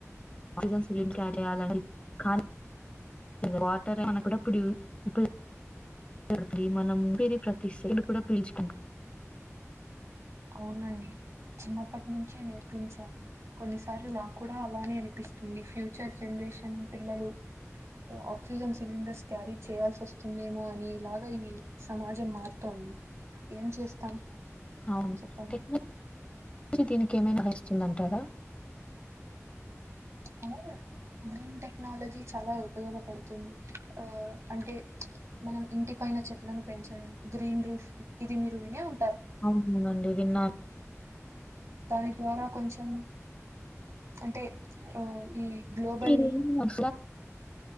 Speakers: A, on the left; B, on the right.
A: ఆక్సిజన్ సిలీన్ కాజేయలండి కాల్ వాటర్ మనకు కూడా పడి ఇప్పు మనం పీరి ప్రతిస్ కూడా పీల్చుకుంటం
B: అవునండి చిన్నప్పటి నుంచే నేర్పించాలి కొన్నిసార్లు నాకు కూడా అలానే అనిపిస్తుంది ఫ్యూచర్ జనరేషన్ పిల్లలు ఆక్సిజన్ సిలిండర్స్ క్యారీ చేయాల్సి వస్తుందేమో అని ఇలాగా ఈ సమాజం మారుతోంది, ఏం చేస్తాం
A: అవును
B: చెప్పండి
A: టెక్నిక్ దీనికి ఏమైనా వస్ వస్తుందంటారా
B: అవును, గ్రీన్ టెక్నాలజీ చాలా ఉపయోగపడుతుంది, ఆ అంటే మనం ఇంటి పైన చెట్లను పెంచడం గ్రీన్ రూఫ్ ఇది మీరు వినే ఉం
A: అవునండి విన్నాను
B: దాని ద్వారా కొంచెం అంటే ఆ ఈ గ్లోబల్
A: <unintelligible>